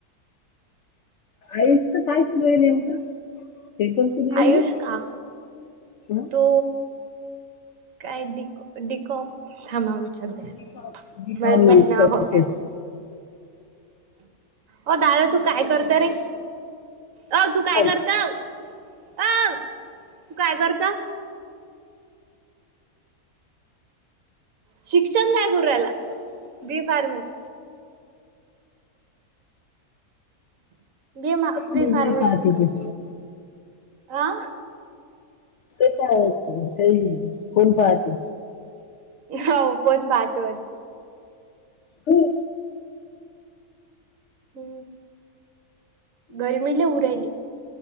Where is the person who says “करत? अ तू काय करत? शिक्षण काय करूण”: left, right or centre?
Right